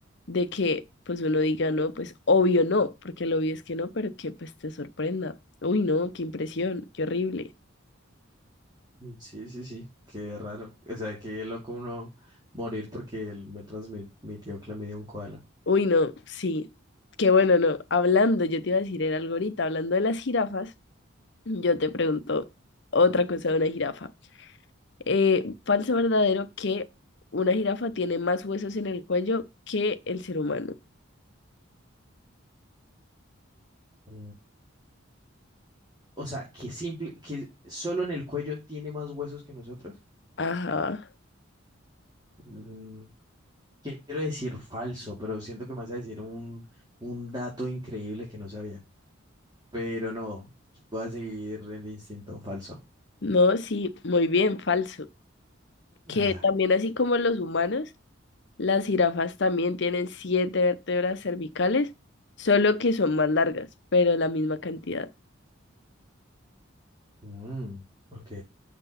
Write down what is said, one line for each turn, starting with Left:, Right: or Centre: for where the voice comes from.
Left: de que pues uno diga no, pues obvio no, porque lo obvio es que no, pero que pues te sorprenda. Uy, no, qué impresión, qué horrible.
Right: Sí, sí, sí, qué raro. O sea, qué loco uno morir porque él me transmitió clamidia a un koala.
Left: Uy, no, sí. Qué bueno, no. Hablando, yo te iba a decir, era algo ahorita, hablando de las jirafas, yo te pregunto otra cosa de una jirafa. Eh, falso o verdadero que una jirafa tiene más huesos en el cuello que el ser humano.
Right: Mm. O sea, que simple, que solo en el cuello tiene más huesos que nosotros.
Left: Ajá.
Right: Mm, Quiero decir falso, pero siento que me vas a decir un, un dato increíble que no sabía. Pero no, voy a seguir el instinto falso.
Left: No, sí, muy bien, falso. Que
Right: Ah,
Left: también así como los humanos, Las jirafas también tienen siete vértebras cervicales, solo que son más largas, pero la misma cantidad.
Right: mm, ok.